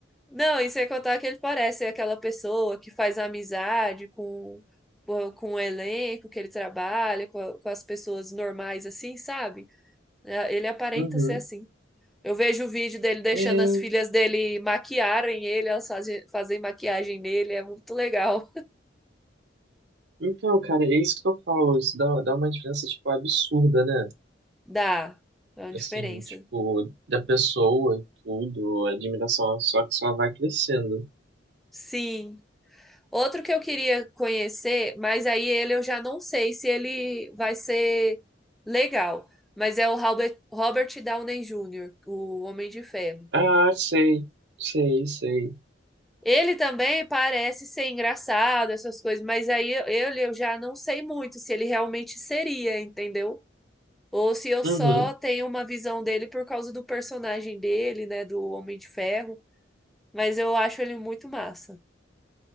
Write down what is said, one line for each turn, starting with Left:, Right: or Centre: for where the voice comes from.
Centre: Não, e sem contar que ele parece é aquela pessoa que faz amizade com, com, com o elenco que ele trabalha, com, a- com as pessoas normais, assim, sabe? É, Ele aparenta
Right: Uhum.
Centre: ser assim. Eu vejo o vídeo dele deixando
Right: É,
Centre: as filhas dele maquiarem ele, elas fazem, fazem maquiagem nele, é muito legal.
Right: então, cara, é isso que eu falo. Isso dá, dá uma diferença, tipo, absurda, né?
Centre: Dá, dá uma diferença.
Right: Assim, tipo, da pessoa e tudo, a admiração só que só vai crescendo.
Centre: Sim. Outro que eu queria conhecer, mas aí ele eu já não sei se ele vai ser legal, mas é o Robert, Robert Downey Jr., o Homem de Ferro.
Right: Ah, sei, sei, sei.
Centre: Ele também parece ser engraçado, essas coisas, mas aí eu- ele eu já não sei muito se ele realmente seria, entendeu? Ou se eu
Right: Uhum.
Centre: só tenho uma visão dele por causa do personagem dele, né, do Homem de Ferro, mas eu acho ele muito massa.